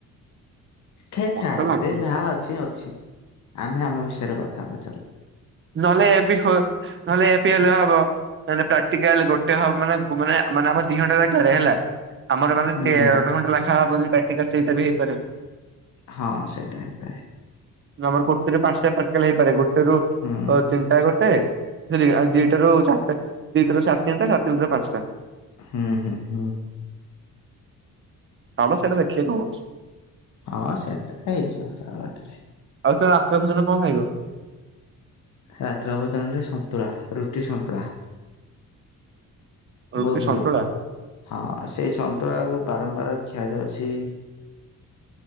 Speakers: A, on the left (about 60°); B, on the right (about 35°).
A: ହେ
B: ମତେ
A: ଛାଡ
B: ଲାଗୁଛି
A: ସେ ଯାହା ଅଛି ଅଛି ଆମେ ଆମ ବିଷୟରେ କଥାହେବା।
B: ନହେଲେ ଏପି ହେବ ନହେଲେ ଏପି ହେଲେ ହବ ମାନେ ପ୍ରାକ୍ଟିକାଲ ଗୋଟେ ହ ମାନେ- ମାନେ -ମାନେମ ଦି ଘଣ୍ଟାରେ ଥରେ ହେଲା ଆମର ମାନେ
A: ହୁଁ
B: ଅଧଘଣ୍ଟା ଲେଖା ହବନା ସେଇଟା ବି ହେଇପାରେ।
A: ହଁ ସେଟା ହେଇପାରେ।
B: ଆମର ଗୋଟରେ ପାଞ୍ଚ ପ୍ରାକ୍ଟିକାଲ ହେଇପାରେ ଗୋଟେରୁ
A: ହୁଁ
B: ଚିନ୍ତା ଗୋଟେ ସେ ଦିଟାରୁ ଚାରିଟା ଦିଟାରୁ ସାଢ଼େ ତିନିଟା - ସାଢ଼େ ତିନିଟାରୁ ପାଞ୍ଚଟା।
A: ହୁଁ ହୁଁ ହୁଁ।
B: ହଁ ବା ସେଇଟା ଦେଖିବା କଣ ହଉଛି।
A: ହଁ ସେଟା ହେଇଯିବ ତା ବାଟରେ।
B: ଆଉ ତ ଆତତା ଭୋଜନ କଣ ଖାଇବ?
A: ରାତ୍ର ଅବଦାନାରେ ସନ୍ତଳା ରୁଟି ସନ୍ତଳା।
B: ରୁଟି
A: ବୋଧହୁଏ
B: ସନ୍ତୁଳା
A: ହଁ ସେଇ ସନ୍ତଳାକୁ ବାରମ୍ବାର ଖିଆ ଯାଉଛି